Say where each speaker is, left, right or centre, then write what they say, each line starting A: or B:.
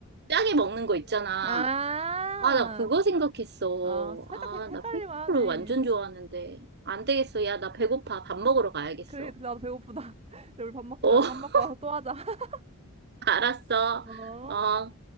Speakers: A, on the right; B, on the right.
A: 짜게 먹는 거 있잖아.
B: 아,
A: 아, 나 그거 생각했어.
B: 아, 살짝
A: 아,
B: 헷- 헷갈릴만
A: 나 패션 프루트
B: 하네.
A: 완전 좋아하는데. 안 되겠어. 야, 나 배고파. 밥 먹으러 가야겠어.
B: 그래, 나도 배고프다. <laughs> 우리 밥 먹자.
A: 어,
B: 밥 먹고
A: <laughs>
B: 와서 또 하자. <laughs>
A: 알았어.
B: 어?
A: 어.